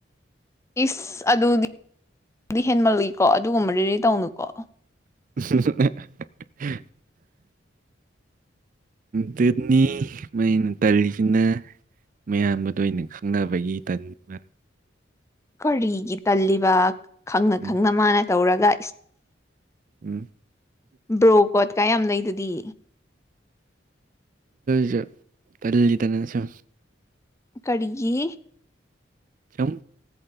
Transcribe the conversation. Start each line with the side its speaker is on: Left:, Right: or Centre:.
Left: ꯏꯁ ꯑꯗꯨꯗꯤꯗꯤ ꯍꯦꯟꯃꯜꯜꯂꯤꯀꯣ ꯑꯗꯨꯒꯨꯝꯕ ꯔꯦꯗꯤ ꯇꯧꯅꯨꯀꯣ
Right: ꯎ ꯇꯅꯤ ꯃꯥꯏꯩꯅ ꯇꯂꯤꯅ ꯃꯌꯥꯝꯕꯗ ꯑ ꯑꯣꯏꯅ ꯈꯪꯅꯕꯒꯤ ꯇꯟꯕ
Left: ꯀꯔꯤꯒꯤ ꯇꯜꯂꯤꯕ ꯈꯪꯅ
Right: ꯎꯝ
Left: ꯈꯪꯅ ꯃꯥꯅ ꯇꯧꯔꯒ
Right: ꯎꯝ
Left: ꯕ꯭ꯔꯣ ꯀꯣꯠ ꯀꯌꯥꯝ ꯂꯩꯗꯨꯗꯤ
Right: ꯁꯨ ꯇꯗꯅ ꯁꯨꯝ
Left: ꯀꯔꯤꯒꯤ
Right: ꯆꯨꯝ